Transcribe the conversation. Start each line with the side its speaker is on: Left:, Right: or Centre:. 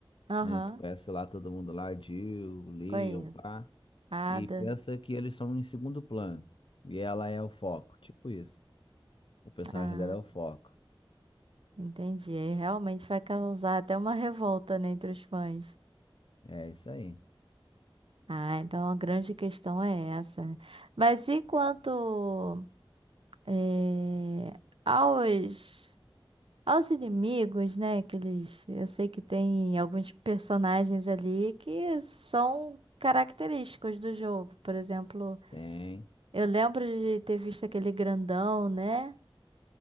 Right: Aham,
Left: né? Tu conhece lá todo mundo lá, Jill, Leon,
Right: conheço.
Left: pá.
Right: Ada.
Left: e pensa que eles são em segundo plano. E ela é o foco, tipo isso. O personagem
Right: Ah,
Left: dela é o foco.
Right: entendi. Aí Realmente vai causar até uma revolta, né, entre os fãs.
Left: É isso aí.
Right: Ah, então a grande questão é essa. né? Mas e quanto eh, aos, aos inimigos, né? Que eles, eu sei que tem alguns personagens ali que são característicos do jogo. Por exemplo,
Left: Tem,
Right: eu lembro de ter visto aquele grandão, né?